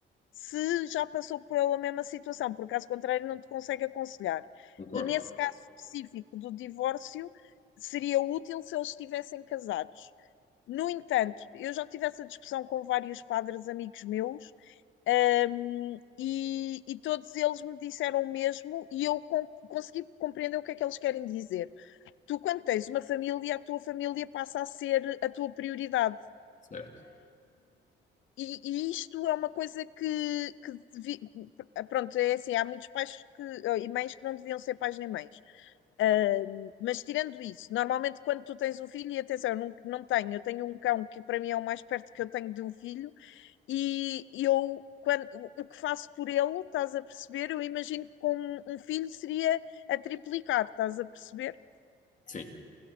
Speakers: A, on the left; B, on the left.
A: se já passou pela mesma situação, por caso contrário, não te consegue aconselhar.
B: concordo.
A: E nesse caso específico do divórcio, seria útil se eles estivessem casados. No entanto, eu já tive essa discussão com vários padres amigos meus um, e, e, todos eles me disseram o mesmo e eu com, consegui compreender o que é que eles querem dizer. Tu, quando tens uma família, a tua família passa a ser a tua prioridade.
B: Certo,
A: E, e isto é uma coisa que, que devi, pronto, é assim, há muitos pais que, eh, e mães que não deviam ser pais nem mães. Um, mas tirando isso, normalmente quando tu tens um filho, e atenção, eu não, não tenho, eu tenho um cão que para mim é o mais perto que eu tenho de um filho, e eu quando, o que faço por ele, estás a perceber? Eu imagino que com um filho seria a triplicar, estás a perceber?
B: sim.